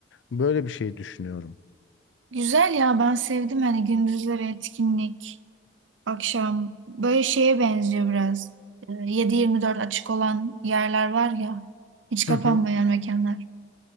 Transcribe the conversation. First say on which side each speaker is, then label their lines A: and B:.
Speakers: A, on the left; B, on the right.
A: Böyle bir şey düşünüyorum.
B: Güzel ya ben sevdim hani gündüzleri etkinlik. akşam böyle şeye benziyor biraz. Ee, yedi yirmi dört açık olan yerler var ya, hiç
A: Hı
B: kapanmayan
A: hı.
B: mekanlar.